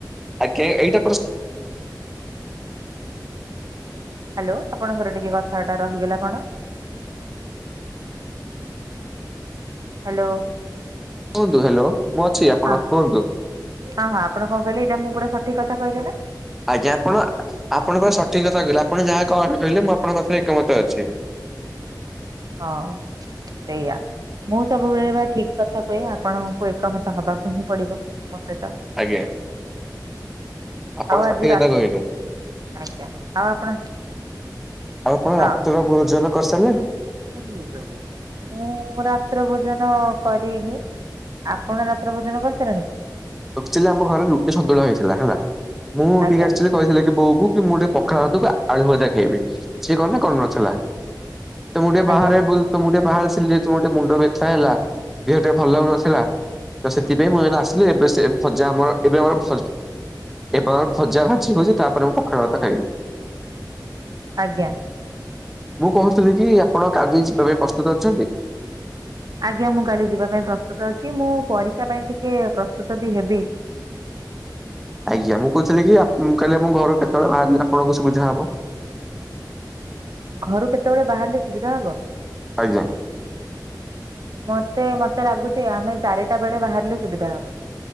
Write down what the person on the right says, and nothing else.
ହ୍ୟାଲୋ ଆପଣଙ୍କର ଟିକେ କଥାଟା ରହିଗଲା କଣ? ହ୍ୟାଲୋ।
ହଁ
ହଁ ହଁ ଆପଣ କଣ କହିଲେ ଏଇଟା ମୁଁ ପୁରା ସଠିକ କଥା କହିଲି ନା
ହଁ। ସେଇଆ। ମୁଁ ସବୁବେଳେ ଠିକ କଥା କୁହେ ଆପଣଙ୍କୁ ଏକମତ ହବାକୁ ହିଁ ପଡିବ। ମୋ ସହିତ।
ଆଉ ଆଜି
ରା
ଆଜ୍ଞା ଆଉ ଆପଣ
ହଁ
ମୁଁ ରା ରାତ୍ର ଭୋଜନ କରିନି ଆପଣ ରାତ୍ର ଭୋଜନ କରିସାରିଲେଣି?
ଆଜ୍ଞା
ଆଜ୍ଞା
ଆଜ୍ଞା।
ଆଜ୍ଞା ମୁଁ କାଲି ଯିବା ପାଇଁ ପ୍ରସ୍ତୁତ ଅଛି ମୁଁ ପରୀକ୍ଷା ପାଇଁ ଟିକେ ପ୍ରସ୍ତୁତ ବି ହେବି। ହୁ
ଘରୁ କେତେବେଳେ ବାହାରିଲେ ସୁବିଧା ହବ?
ମତେ ମତେ ଲାଗୁଚି ଆମେ ଚାରିଟା ବେଳେ ବାହାରିଲେ ସୁବିଧା ହବ।